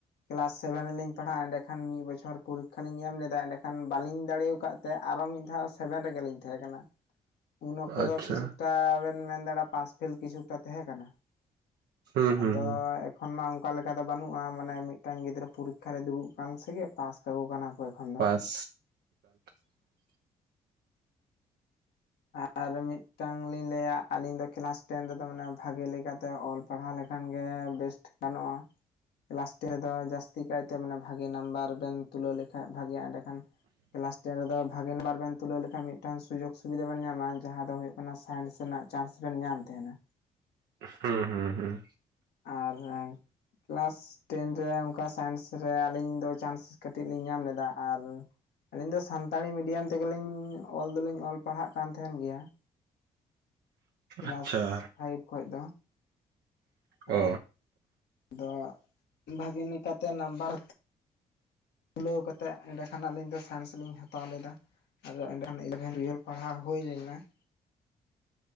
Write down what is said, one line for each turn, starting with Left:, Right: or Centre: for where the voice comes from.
Left: ᱠᱮᱞᱟᱥ ᱥᱮᱵᱷᱮᱱ ᱨᱮᱞᱤᱧ ᱯᱟᱲᱦᱟᱜ-ᱟ ᱮᱸᱰᱮᱠᱷᱟᱱ ᱢᱤᱫ ᱵᱚᱪᱷᱚᱨ ᱯᱚᱨᱤᱠᱷᱟ ᱞᱤᱧ ᱮᱢ ᱞᱮᱫᱟ ᱮᱸᱰᱮᱠᱷᱟᱱ ᱵᱟᱞᱤᱧ ᱫᱟᱲᱮ ᱟᱠᱟᱫ ᱛᱮ ᱟᱨᱚ ᱢᱤᱫ ᱫᱷᱟᱣ ᱥᱮᱵᱷᱮᱱ ᱨᱮᱜᱮᱞᱤᱧ ᱛᱟᱦᱮᱸ ᱠᱟᱱᱟ ᱾ ᱩᱱ ᱚᱠᱛᱚ
Right: ᱟᱪᱪᱷᱟ
Left: ᱫᱚ ᱠᱤᱪᱷᱩᱴᱟ ᱵᱮᱱ ᱢᱮᱱ ᱫᱟᱲᱮᱭᱟᱜ-ᱟ ᱯᱟᱥ ᱯᱷᱮᱞ ᱠᱤᱪᱷᱩᱴᱟ ᱛᱟᱦᱮᱸ ᱠᱟᱱᱟ ᱾
Right: ᱦᱩᱸ ᱦᱩᱸ
Left: ᱟᱫᱚ
Right: ᱦᱩᱸ
Left: ᱮᱠᱷᱚᱱ ᱢᱟ ᱚᱱᱠᱟ ᱞᱮᱠᱟ ᱫᱚ ᱵᱟᱹᱱᱩᱜ-ᱟ ᱢᱟᱱᱮ- ᱢᱤᱫᱴᱟᱝ ᱜᱤᱫᱽᱨᱟᱹ ᱯᱚᱨᱤᱠᱷᱟ ᱨᱮ ᱫᱩᱲᱩᱵ ᱠᱟᱱ ᱥᱮᱜᱮ ᱯᱟᱥ ᱠᱟᱠᱚ ᱠᱟᱱᱟ ᱠᱚ ᱮᱠᱷᱚᱱ ᱫᱚ
Right: ᱯᱟᱥ <inaudible>
Left: ᱟᱨ ᱢᱤᱫᱴᱟᱝ ᱞᱤᱧ ᱞᱟᱹᱭᱟ ᱟᱞᱤᱧ ᱫᱚ ᱠᱮᱞᱟᱥ ᱴᱮᱱ ᱨᱮᱫᱚ ᱢᱟᱱᱮ ᱵᱷᱟᱜᱮ ᱞᱮᱠᱟᱛᱮ ᱚᱞ ᱯᱟᱲᱦᱟᱣ ᱞᱮᱠᱷᱟᱱ ᱜᱮ ᱵᱮᱥᱴ ᱜᱟᱱᱚᱜ-ᱟ ᱠᱮᱞᱟᱥ ᱛᱮᱫᱚ ᱡᱟᱹᱥᱛᱤ ᱠᱟᱭᱛᱮ ᱢᱟᱱᱮ ᱵᱷᱟᱜᱮ ᱱᱟᱢᱵᱟᱨ ᱵᱮᱱ ᱛᱩᱞᱟᱹᱣ ᱞᱮᱠᱷᱟᱡ ᱵᱷᱟᱜᱮᱜ-ᱟ ᱮᱸᱰᱮ ᱠᱷᱟᱱ ᱠᱮᱞᱟᱥ ᱴᱮᱱ ᱨᱮᱫᱚ ᱵᱷᱟᱜᱤ ᱱᱟᱢᱵᱟᱨ ᱵᱮᱱ ᱛᱩᱞᱟᱹᱣ ᱞᱮᱠᱷᱟᱡ ᱢᱤᱫᱴᱟᱝ ᱥᱩᱡᱳᱜᱽ ᱥᱩᱵᱤᱫᱷᱟ ᱵᱮᱱ ᱧᱟᱢᱟ ᱡᱟᱦᱟᱸ ᱫᱚ ᱦᱳᱭᱳᱜ ᱠᱟᱱᱟ ᱥᱟᱭᱮᱱᱥ ᱨᱮᱱᱟᱜ ᱪᱟᱱᱥ ᱵᱮᱱ ᱧᱟᱢ ᱛᱟᱦᱮᱱᱟ ᱾
Right: ᱦᱩᱸ ᱦᱩᱸ ᱦᱩᱸ
Left: ᱟᱨ ᱠᱮᱞᱟᱥ ᱴᱮᱱ ᱨᱮ ᱚᱱᱠᱟ ᱥᱟᱭᱮᱱᱥ ᱨᱮ ᱟᱹᱞᱤᱧ ᱫᱚ ᱪᱟᱱᱥ ᱠᱟᱹᱴᱤᱡ ᱞᱤᱧ ᱧᱟᱢ ᱞᱮᱫᱟ ᱟᱨ ᱟᱹᱞᱤᱧ ᱫᱚ ᱥᱟᱱᱛᱟᱲᱤ ᱢᱤᱰᱤᱭᱟᱢ ᱛᱮᱜᱮᱞᱤᱧ ᱚᱞ ᱫᱚᱞᱤᱧ ᱚᱞ ᱯᱟᱲᱦᱟᱜ ᱠᱟᱱ ᱛᱟᱦᱮᱱ ᱜᱮᱭᱟ ᱾ ᱠᱮᱞᱟᱥ
Right: ᱟᱪᱪᱷᱟ
Left: ᱯᱷᱟᱭᱤᱵᱷ ᱠᱷᱚᱡ ᱫᱚ
Right: ᱚ
Left: ᱟᱨ ᱫᱚ ᱵᱷᱟᱹᱜᱤ ᱞᱮᱠᱟᱛᱮ ᱱᱟᱢᱵᱟᱨ ᱛᱩᱞᱟᱹᱣ ᱠᱟᱛᱮᱫ ᱮᱸᱰᱮ ᱠᱷᱟᱱ ᱟᱹᱞᱤᱧ ᱫᱚ ᱥᱟᱭᱮᱱᱥ ᱞᱤᱧ ᱦᱟᱛᱟᱣ ᱞᱮᱫᱟ ᱾ ᱟᱫᱚ ᱮᱱᱰᱮᱸᱠᱷᱟᱱ ᱤᱞᱮᱵᱷᱮᱱ ᱨᱤᱭᱮᱞ ᱯᱟᱲᱦᱟᱣ ᱦᱩᱭ ᱞᱮᱱᱟ ᱾